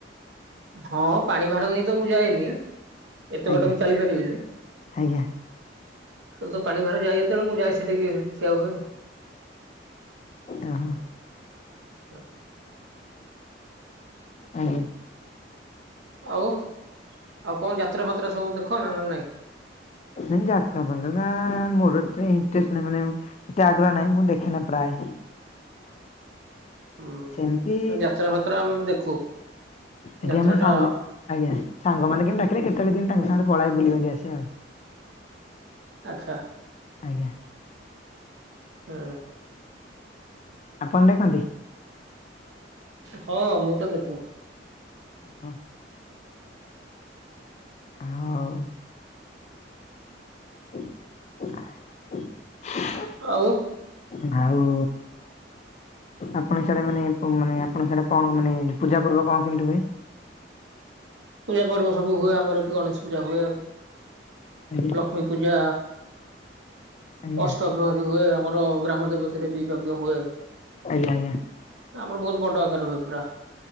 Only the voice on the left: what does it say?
ଆଜ୍ଞା
ଆଜ୍ଞା
ଓ ହୋ
ଆଜ୍ଞା।
ନ ଯାତ୍ରା ଫାତ୍ରା ମୋର ଏତେ ଇଣ୍ଟରେଷ୍ଟ ନାଇଁ ମାନେ ଏତେ ଆଗ୍ରହ ନାହିଁ ମୁଁ ଦେଖେନା ପ୍ରାୟ।
ସେମିତି
ଏଠି
ଆ ମୋ
ସାଙ୍ଗ ଆଜ୍ଞା ସାଙ୍ଗମାନେ କେମି ଡାକିଲେ କେତେବେଳେ କେମତି ତାଙ୍କ ସାଙ୍ଗ ପଳେଇ ବୁଲିବାଲି ଆସେ ଆଉ।
ଆଜ୍ଞା।
ଆପଣ ଦେଖନ୍ତି?
ହଁ। ହଉ। <unintelligible>
ହଉ। ଆପଣ ସିଆଡେ ମାନେ ମାନେ ଆପଣଙ୍କ ସିଆଡେ କଣ ମାନେ ପୂଜା ପର୍ବ କଣ କେମିତି ହୁଏ?
ଆଜ୍ଞା।
ଆଜ୍ଞା
ଆଜ୍ଞା ଆଜ୍ଞା।